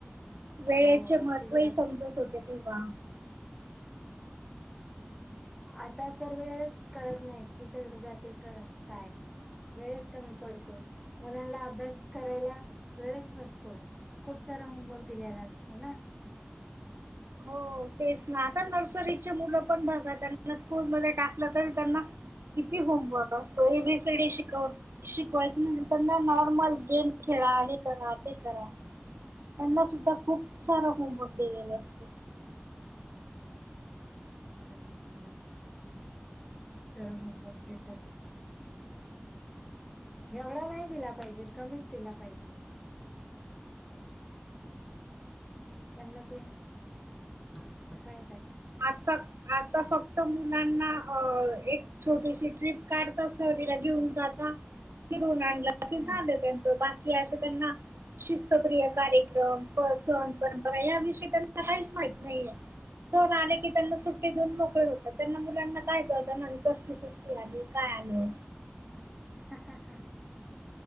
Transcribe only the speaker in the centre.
हो
अगदी बराबर
आता तर वेळच कळत नाही कुठे जाते काय वेळच कमी पडतो मुलांना अभ्यास करायला वेळच नसतो खूप सारा होमवर्क दिलेला असतं ना
बरोबर बरोबर खूप सारा होमवर्क देतात एवढा नाही दिला पाहिजे कमीच दिला पाहिजे त्यांना ते आ काय काढणार
हम्म
हा हा हा